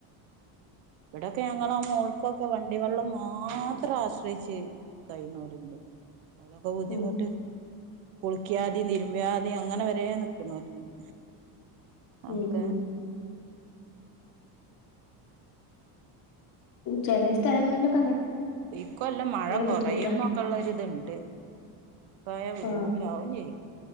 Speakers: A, on the right (about 65°); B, on the left (about 45°).
A: ഇവിടെക്കെ ഞങ്ങള ആ മോൾക്കൊക്കെ വണ്ടി വെള്ളം മാത്രം ആശ്രയിച്ച്ുകഴിഞ്ഞൂരുണ്ട് അനൊക്കെ ബുദ്ധിമുട്ട്
B: ഉം
A: കുളിക്കാതി നിരുമ്പ്യാതി അങ്ങനെ വര നിക്കണലണ്ട് നമുക്കെ
B: ഉം ഉം ചില സ്ഥലങ്ങളിലും
A: ഈ കൊല്ലം മഴ കുറയും
B: ബുദ്ധിമുട്ടാണ്
A: എന്നൊക്കെ ഉള്ളരി ഇത്ണ്ട് കായ ബുദ്ധിമുട്ടു
B: ആ
A: ട്ടാ ഒ ചെയ